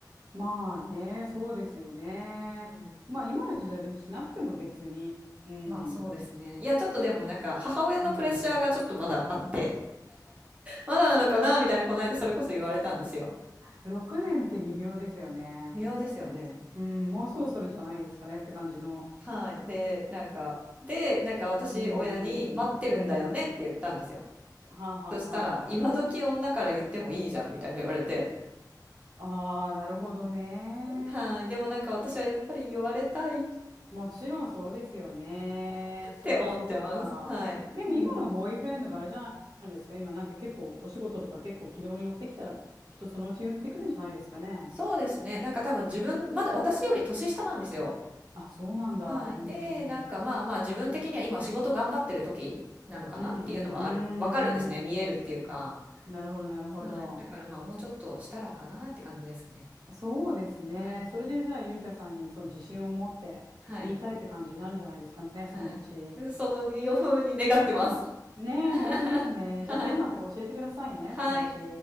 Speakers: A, on the right; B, on the right.
A: まあね、そうですよね。
B: うん、
A: まあ今の時代でもしなくても別に。うん
B: まあそうですね。いや、ちょっとでもなんか母親のプレッシャーがちょっとまだあって、
A: でも、うん
B: まだなのかなみたいなこの間それこそ言われたんですよ。
A: 6年って微妙ですよね。
B: 微妙ですよね。
A: うん、もうそろそろじゃないですかねって感じの。
B: はい。で、なんか、で、なんか私親に待ってるんだよねって言ったんですよ。
A: うんうんはあはあ
B: そしたら、今時女から言ってもいいじゃんみたいな言われて、
A: はああ、なるほどね。
B: はい。でもなんか私はやっぱり言われたい
A: もちろんそうですよね。そっかそっか。
B: て思ってます。はい。
A: でも今のボーイフレンドがあれじゃないですか。
B: うん。
A: 今なんか結構お仕事とか結構軌道に乗ってきたらきっとそのうち言ってくるんじゃないですかね。
B: そうですね。なんか多分自分、まだ私より年下なんですよ。
A: あ、そうなんだ。
B: はい。
A: うん。
B: で、なんかまあまあ自分的には今仕事頑張ってる時なのかなっていうのはある、
A: うんうんうんうんう
B: わかるんですね。見えるっていうか。
A: ん。なるほどなるほど。
B: はい。だからまあもうちょっとしたらかなって感じですね。
A: そうですね。
B: はい。
A: それでじゃあゆう香さんにちょっと自信を持って言いたいって感じになるんじゃないですかね、
B: はい。はい。
A: そのうち。
B: その予風に願ってます。
A: ねえ、
B: <laughs>
A: 本当ですね。
B: はい。
A: じゃあどうなったか教えてくださいね、
B: はい。
A: そのうち。